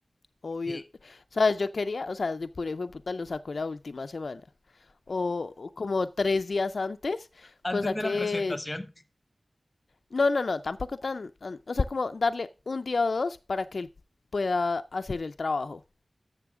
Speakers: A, on the left; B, on the left.
A: Obvio.
B: eh,
A: Sabes, yo quería, o sea, de pura hijo de puta lo sacó la última semana. O, o como tres días antes,
B: antes
A: cosa
B: de
A: que...
B: la presentación.
A: No, no, no, tampoco tan... an- O sea, como darle un día o dos para que él pueda hacer el trabajo.